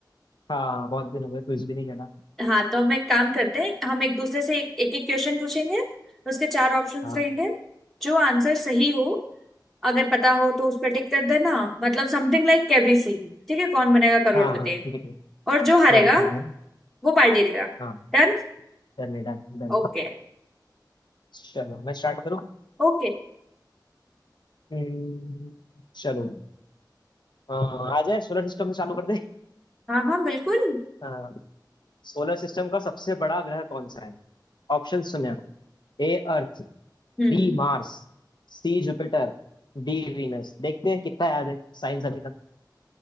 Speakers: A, on the left (about 70°); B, in the centre.
A: हाँ बहुत दिन हो गए क्विज भी नहीं खेला
B: हाँ तो हम एक काम करते हैं हम एक दूसरे से एक एक क्वेश्चन पूछेंगे उसके चार ऑप्शंस
A: हाँ
B: रहेंगे जो आंसर सही हो अगर पता हो तो उस पर टिक कर देना मतलब समथिंग लाइक केबीसी ठीक है कौन बनेगा करोड़पति
A: हाँ हाँ ठीक है ठीक
B: और जो
A: है
B: हारेगा
A: चलो ठीक है ना
B: वो पार्टी देगा
A: हाँ
B: डन
A: Done done done
B: ओके
A: चलो मैं स्टार्ट करूँ
B: ओके
A: हम्म, चलो अ, आ जाए सोलर सिस्टम से चालू कर दे
B: हाँ हाँ बिल्कुल
A: हाँ सोलर सिस्टम का सबसे बड़ा ग्रह कौन सा है ऑप्शन सुने A Earth
B: हम्म
A: B Mars C Jupiter D Venus देखते हैं कितना याद है साइंस अभी तक